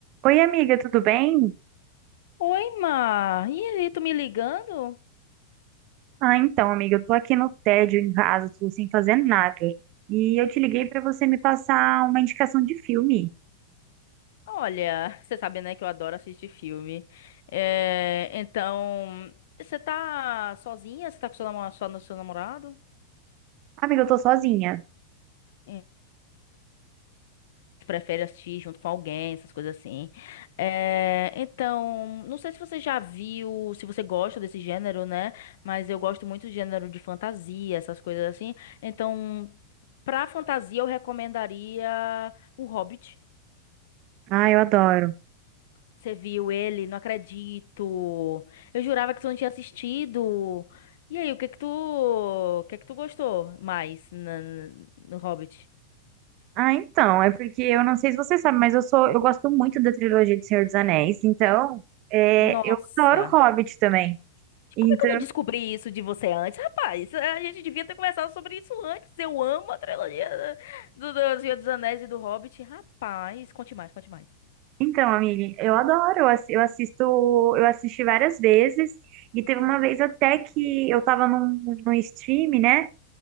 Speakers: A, on the right; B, on the left.
A: Oi, amiga, tudo bem?
B: Oi, Mar. E aí, tu me ligando?
A: Ah, então, amiga, eu tô aqui no tédio em casa, tô sem fazer nada. E eu te liguei pra você me passar uma indicação de filme.
B: Olha, você sabe, né, que eu adoro assistir filme. É, então, você tá sozinha? Você tá com seu namorado, só no seu namorado?
A: Amiga, eu tô sozinha.
B: É, Prefere assistir junto com alguém, essas coisas assim. É, então, não sei se você já viu, se você gosta desse gênero, né? Mas eu gosto muito do gênero de fantasia, essas coisas assim. Então, pra fantasia, eu recomendaria O Hobbit.
A: Ah, eu adoro.
B: Você viu ele? Não acredito. Eu jurava que tu não tinha assistido. E aí, o que que tu, o que que tu gostou mais na- no Hobbit?
A: Ah, então, é porque eu não sei se você sabe, mas eu sou, eu gosto muito da trilogia de Senhor dos Anéis. Então, é,
B: Nossa,
A: eu adoro Hobbit também. Então,
B: como é que eu não descobri isso de você antes? Rapaz, a gente devia ter conversado sobre isso antes. Eu amo a trilogia do, do Senhor dos Anéis e do Hobbit. Rapaz, conte mais, conte mais.
A: então, amiga, eu adoro. Eu assi- eu assisto, eu assisti várias vezes. E teve uma vez até que eu tava num, num stream, né?